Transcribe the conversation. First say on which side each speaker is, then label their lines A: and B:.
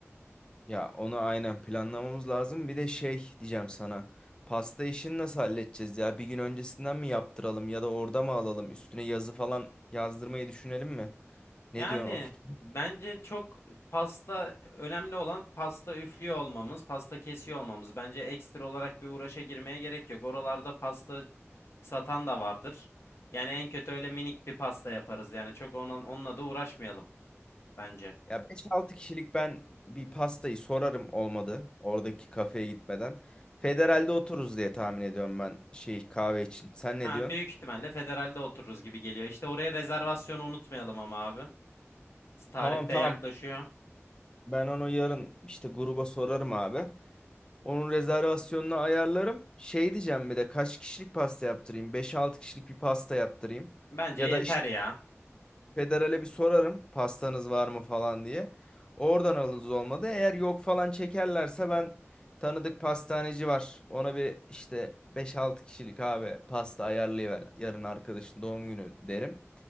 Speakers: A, on the left; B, on the left.
A: Ya onu aynen planlamamız lazım. Bir de şey diyeceğim sana. Pasta işini nasıl halledeceğiz ya? Bir gün öncesinden mi yaptıralım ya da orada mı alalım? Üstüne yazı falan yazdırmayı düşünelim mi? Ne
B: Yani
A: diyorsun o fikir?
B: bence çok pasta önemli olan pasta üflüyor olmamız, pasta kesiyor olmamız. Bence ekstra olarak bir uğraşa girmeye gerek yok. Oralarda pasta satan da vardır. Yani en kötü öyle minik bir pasta yaparız. Yani çok ona, onunla da uğraşmayalım bence.
A: Ya beş altı kişilik ben bir pastayı sorarım olmadı. Oradaki kafeye gitmeden. Federal'de otururuz diye tahmin ediyorum ben şey kahve için. Sen ne
B: Ha,
A: diyorsun?
B: büyük ihtimalle federalde otururuz gibi geliyor. İşte oraya rezervasyonu unutmayalım ama abi. Tarihte
A: Tamam tamam.
B: yaklaşıyor.
A: Ben onu yarın işte gruba sorarım abi. Onun rezervasyonunu ayarlarım. Şey diyeceğim bir de kaç kişilik pasta yaptırayım? Beş-altı kişilik bir pasta yaptırayım.
B: Bence
A: Ya
B: yeter
A: da işte
B: ya.
A: federale bir sorarım pastanız var mı falan diye. Oradan alırız olmadı. Eğer yok falan çekerlerse ben tanıdık pastaneci var. Ona bir işte beş-altı kişilik abi pasta ayarlayıver. Yarın arkadaşın doğum günü derim.